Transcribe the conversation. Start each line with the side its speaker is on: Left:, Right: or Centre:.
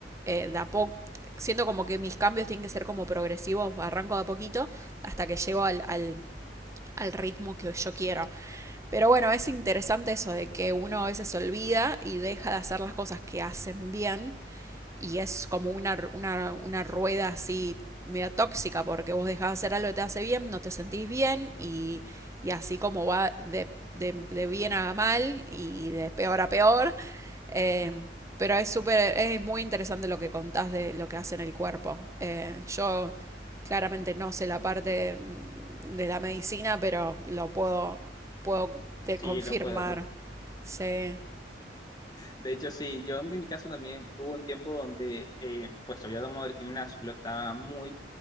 Right: eh, de a poco, siento como que mis cambios tienen que ser como progresivos, arranco de a poquito hasta que llego al, al, al ritmo que yo quiero. Pero bueno, es interesante eso de que uno a veces se olvida y deja de hacer las cosas que hacen bien y es como una, una, una rueda así media tóxica porque vos dejás de hacer algo que te hace bien, no te sentís bien y, y así como va de, de, de, bien a mal y de peor a peor. Eh, pero es súper, es muy interesante lo que contás de lo que hace en el cuerpo. Eh, yo claramente no sé la parte de la medicina, pero lo puedo, puedo te
Left: sí,
Right: confirmar.
Left: lo puedo, lo
Right: Sí.
Left: De hecho, sí, yo en mi caso también hubo un tiempo donde, eh, pues había tomado el gimnasio, lo estaba muy,